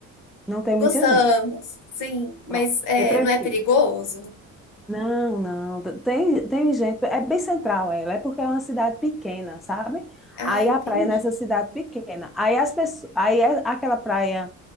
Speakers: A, in the centre; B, on the left (about 70°).
A: Não tem
B: Gostamos,
A: muita gente.
B: sim, mas
A: Pronto.
B: é,
A: Eu prefiro.
B: não é perigoso?
A: Não, não. t- Tem, tem gente. É bem central ela, é porque é uma cidade pequena, sabe?
B: Ah,
A: Aí
B: entendi.
A: a praia é nessa cidade pequena. Aí as pessoas, aí é aquela praia,